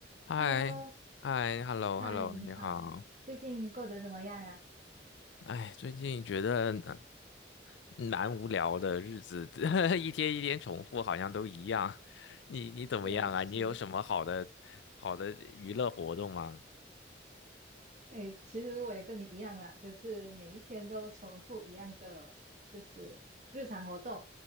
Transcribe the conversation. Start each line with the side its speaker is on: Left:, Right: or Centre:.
Left: 嗨，
Right: Hello，
Left: 嗨，hello，hello，
Right: 嗨，你好，
Left: 你好。
Right: 最近过得怎么样呀？
Left: 哎，最近觉得呃蛮无聊的日子，<laughs> 一天一天重复，好像都一样。你你怎么样啊？
Right: 确实，
Left: 你有什么好的好的娱乐活动吗？
Right: 哎，其实我也跟你一样啦，就是每一天都重复一样的，就是日常活动。